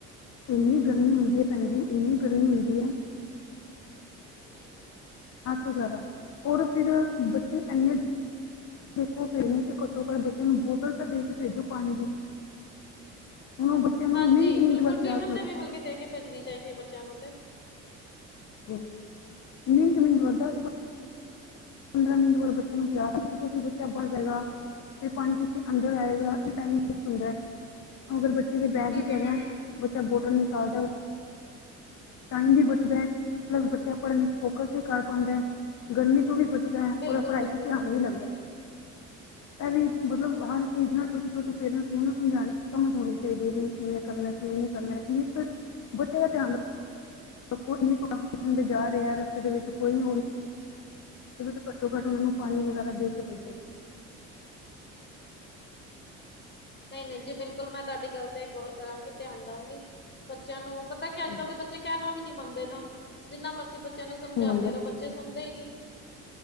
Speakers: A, on the left; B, on the left.
A: ਇੰਨੀ ਗਰਮੀ ਹੁੰਦੀ ਹੈ ਭੈਣ ਜੀ ਇੰਨੀ ਗਰਮੀ ਹੁੰਦੀ ਹੈ
B: ਹਾਂਜੀ।
A: ਸਭ ਤੋਂ ਜਾਦਾ ਹੋਰ ਫਿਰ ਬੱਚੇ ਏਨੇ <inaudible> ਦੇਖੋ ਪਏ ਤੇ ਕੂ ਬੱਚੇ ਨੂੰ ਬੋਤਲ ਤੇ ਦੇ ਕੇ ਭੇਜੋ ਪਾਣੀ ਦੀ ਹੁਣ ਉਹ ਨੂੰ
B: ਹਾਂਜੀ
A: ਮਿੰਟ ਮਿੰਟ
B: ਬਿਲਕੁਲ
A: ਬਾਅਦ
B: ਟਿਊਸ਼ਨ
A: ਪਿਆਸ ਲੱਗਦੀ
B: ਤੇ ਵੀ ਬਲਕੀ ਦੇ ਕੇ ਭੇਜਣੀ ਚਾਈਦੀ ਏ ਬੱਚਿਆਂ ਨੂੰ ਤੇ।
A: ਮਿੰਟ-ਮਿੰਟ <unintelligible> ਪੰਦਰਾਂ ਮਿੰਟ ਬਾ ਬੱਚੇ ਨੂੰ ਕਿਆ ਕੀ ਤੁ ਬੱਚਾ ਬਚ ਜਾਏਗਾ। <unintelligible> ਅੰਦਰ ਆਏਗਾ ਇਕ ਟੈਮ ਫਿਕਸ ਹੇਗੇ ਅਗਰ ਬੱਚੇ ਦੇ ਬੈਗ
B: ਹੂੰ,
A: ਇਚ
B: ਹੂੰ,
A: ਹੇਗਾ
B: ਹੂੰ, ਹੂੰ।
A: ਬ ਬੋਟਲ ਨਿਕਲਦਾ ਉਹ ਟਾਈਮ ਵੀ ਬੱਚਦਾ। ਮਤਲਬ ਬੱਚਾ ਪੜ੍ਹਨ ਵਿੱਚ ਫੋਕਸ ਵੀ ਕਰ ਪਾਂਦਾ, ਗਰਮੀ ਤੋਂ ਵੀ ਬਚਦਾ
B: ਬਿਲਕੁਲ,
A: ਔਦਾ ਪੜ੍ਹਾਈ
B: ਬਿਲਕੁਲ,
A: ਚ ਧਿਆਨ
B: ਬਿਲਕੁਲ
A: ਹੀ ਵੀ ਲੱਗਦਾ। ਏ ਵੀ ਮਤਲਬ ਹਰ ਚੀਜ਼ ਨਾਲ ਛੋਟੇ-ਛੋਟੇ ਪੇਰੈਂਟਸ ਨੂੰ ਸਮਝ ਸਮਝ ਹੋਣੀ ਚਾਈਦੀ ਏ ਵੀ ਕਿਵੇ ਕਰਨਾ ਚਾਈਏ ਨੀ ਕਰਨਾ ਚਾਈਏ ਬੱਚੇ ਦਾ ਧਿਆਨ ਰ <inaudible> ਜਾ ਰਿਆ ਰਸਤੇ ਦੇ ਵਿੱਚ ਕੋਈ
B: <unintelligible>
A: ਵਿੱਚ ਘੱਟੋ-ਘੱਟ ਉਨਾ ਨੂੰ ਪਾਨੀ ਵਗੈਰਾ ਦੇ ਕੇ ਭੇਜੋ।
B: ਨਈ-ਨਈ ਜੀ ਬਿਲਕੁਲ ਮੈਂ ਤੁਹਾਡੀ ਗੱਲ ਤੇ ਗੌਰ ਕਰਾਂਗੀ ਧਿਆਨ ਦਵਾਂਗੀ ਬੱਚਿਆਂ ਨੂੰ ਪਤਾ ਕਿ
A: ਹਾਂਜੀ
B: ਅੱਜ ਕੱਲ ਦੇ ਬੱਚੇ ਕੇਣਾ ਵੀ ਨੀ ਮੰਨਦੇ ਨਾ ਜਿੰਨਾ ਮਰਜ਼ੀ ਬੱਚਿਆਂ ਨੂੰ ਸਮਝਾਉਂਦੇ
A: ਹੁਣ ਅੰਦਰ
B: ਰੋ ਬ ਚੇ ਸੁਣਦੇ ਈ ਨੀ।